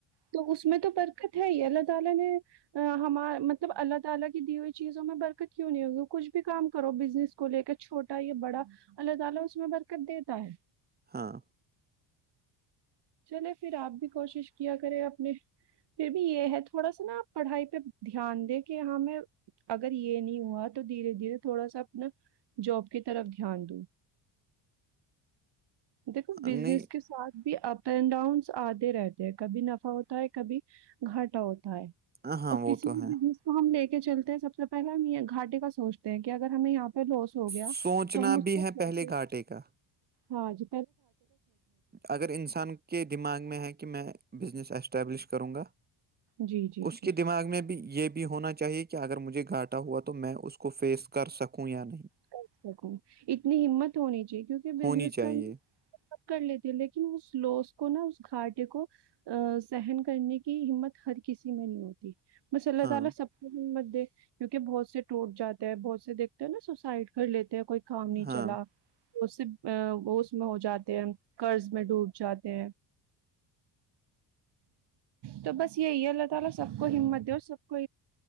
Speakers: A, on the right; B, on the right.
A: تو اس میں تو برکت ہے ہی اللہ تعالی نے ہما مطلب اللہ تعالی کی دی ہوئی چیزوں میں برکت کیوں نہیں ہوگی کچھ بھی کام کرو بزنس اس کو لے کر چھوٹا یا بڑا اللہ تعالی اس میں برکت دیتا ہے
B: ہاں
A: چلے پھر آپ بھی کوشش کیا کرے اپنے پھر بھی یہ ہے تھوڑا سا نا پڑھائی پہ دھیان دے کہ ہمیں اگر یہ نہیں ہوا تو دھیرے دھیرے تھوڑا سا اپنا جاب کی طرف دھیان دوں دیکھو بزنس
B: نہیں
A: کے ساتھ بھی اپ اینڈ ڈاؤنس آتے رہتے ہیں کبھی نفع ہوتا ہے کبھی گھاٹا ہوتا ہے
B: ہاں
A: اور
B: وہ
A: کسی
B: تو
A: بھی
B: ہے
A: تو ہم لے کے چلتے ہیں سب سے پہلے ہم یہ گھٹے کا سوچتے ہیں کہ اگر ہمیں یہاں پہ لو ہو
B: سوچنا
A: گیا تو ہم اس
B: بھی
A: کوسے
B: ہے پہلے گھاٹے کا
A: ہاں ج
B: اگر انسان کے دماغ میں ہے کہ میں بزنس اسٹیبلش کروں گا
A: جی جی
B: اس
A: جی
B: کے دماغ میں بھی یہ بھی ہونا چاہے کہ اگر مجھے گاٹا ہوا تو میں اس کو فیس کر سکوں یا نہیں
A: کر سکوں اتنی ہمت ہونی چاہیے کیونکہ
B: ہونی
A: بزنس
B: چاہیے
A: کرنا سب کر لیتی ہے لیکن اس لوس کو نہا اس گھاٹے کو ا سحن کرنے کی ہمت ہر کسی میں نہیں ہوتی بس اللہ
B: ہاں
A: تعالی سب کو ہمت دے کیونکہ بہت سے ٹوٹ جاتے ہے بہت سے دیکھ ہیں نا س سائڈ کر لیتے ہیں کوئی کام نہیں
B: ہاں
A: چلا اس سے وہ اس میں ہو جاتے ہیں قرض میں ڈوب جاتے ہیں تو بس یہی اللہ تعالی سب کو ہمت دے اور سب کو